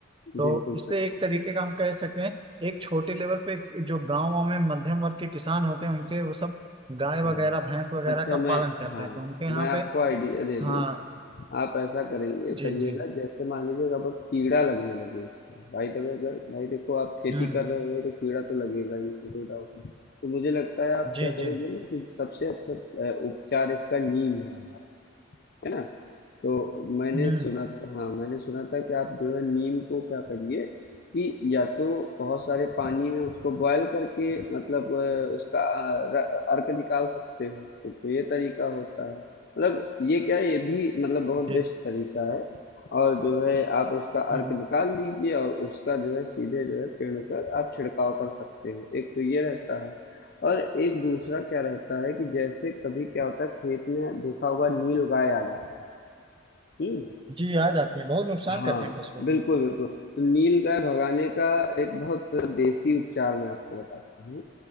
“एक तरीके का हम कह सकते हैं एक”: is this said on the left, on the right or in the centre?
Right